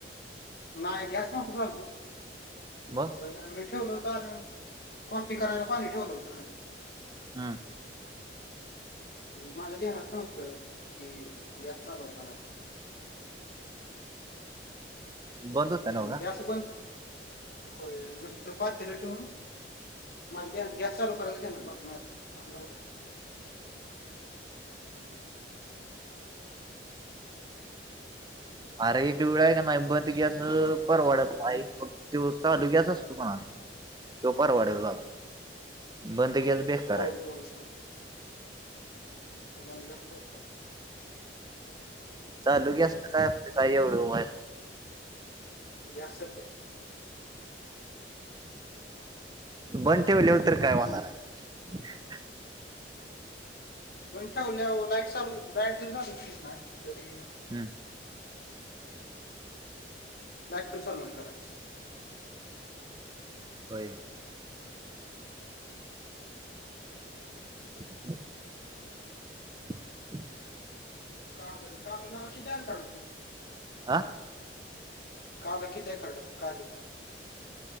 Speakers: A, on the left; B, on the right.
A: नाही. गॅस न्हवता चालू.
B: म
A: पण आम्ही ठेवलहुतान अन कॉपी करायला पाणी ठेवलं हुत
B: हं.
A: माझ्या ध्यानात न्हवत की गॅस चालु हाय काय नाय.
B: बंद नव
A: पण
B: का
A: गँस बंद, होय नुसतं पातेल ठेवून माझ्या गँस चालु करायच ध्यानात न्हवत माझ्या असं झाल‌ होत.
B: अर एक वेळ हाय की नाही बंद गॅस परवडत नाय. तो चालू गॅस असतो कानाय तो परवाडेल
A: होतं.
B: बाबा बंद गॅस बेकार
A: होय
B: आहे
A: होय हो! बंद गॅस भेटतो का?
B: चालू गँस ला काय काय एवढं व्हायला.
A: गॅस
B: बंद ठेवल्यावर तर काय होणार
A: नाही
B: आहे?
A: तर बंद ठेवल्यावर लाईट चालू लाईट जरी चालू केली कनाय तरी ती
B: हम्म!
A: लाईट पण चालू होईल कदाचित.
B: होय! <inaudible> <inaudible>
A: काल काल लगा किती अंतर आहे कराडात न?
B: आ!
A: काल किती आहे कराडातन काले?